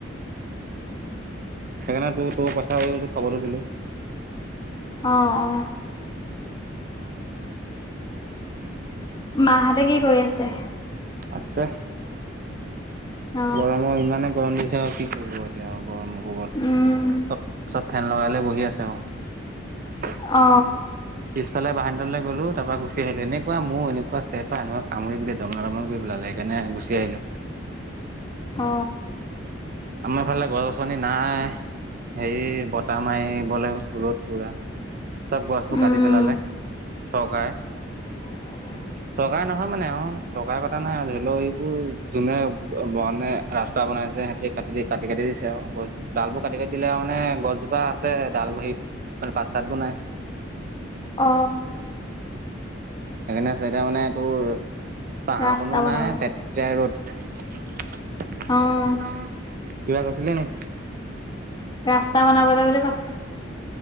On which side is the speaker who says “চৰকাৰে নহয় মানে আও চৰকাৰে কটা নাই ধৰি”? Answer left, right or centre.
Right